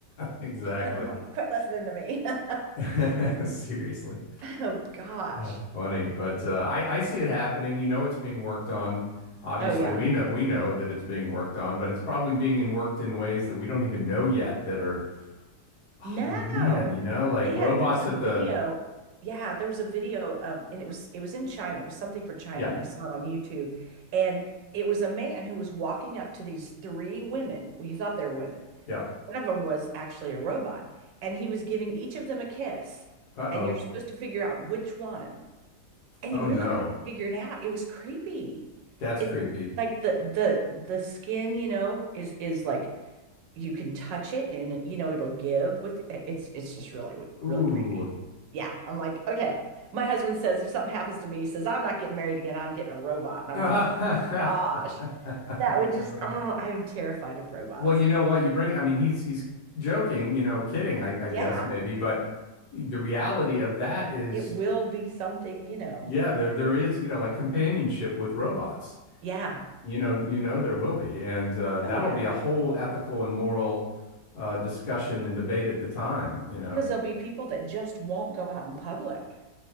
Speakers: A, on the left (about 65°); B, on the right (about 85°).
A: Exactly.
B: And I'm like, "Quit listening to me." <laughs>
A: <laughs> Seriously.
B: oh gosh.
A: That's funny. But uh, I, I see it happening.
B: Yeah.
A: You know it's being worked on. Obviously,
B: Oh yeah.
A: we know we know that it's being worked on, but it's probably being in worked in ways that we don't even know yet that are, oh
B: No.
A: man, you know, like
B: They
A: robots
B: had there was a
A: at
B: video.
A: the
B: Yeah, there was a video um and it was it was in China. It was something for China
A: yeah,
B: and I saw it on YouTube. And it was a man who was walking up to these three women. Well, you thought they were women.
A: yeah.
B: One of them was actually a robot and he was giving each of them a kiss
A: Uh-oh.
B: and you're supposed to figure out which one. And
A: Oh
B: you really
A: no.
B: couldn't figure it out. It was creepy.
A: That's
B: It's
A: creepy.
B: like the the the skin, you know, is is like you can touch it and you know it'll give with it's it's just really
A: Ooh.
B: really creepy. Yeah, I'm like, okay. My husband says if something happens to me, he says I'm not getting married again. I'm getting a robot, and I'm
A: <laughs>
B: like, oh my gosh, that
A: Yeah,
B: would
A: no
B: just
A: robot.
B: oh, I am terrified of robots.
A: Well, you know what? You bring, I mean, he's he's joking, you know, kidding, I, I
B: Yeah,
A: guess maybe, but the reality of that is,
B: it will be something, you know.
A: yeah, there there is, you know, like companionship with robots.
B: Yeah.
A: You know, you know there will be, and uh, that'll
B: Oh yeah,
A: be a whole ethical and moral uh, discussion and debate at the time. You know,
B: because there'll be people that just won't go out in public.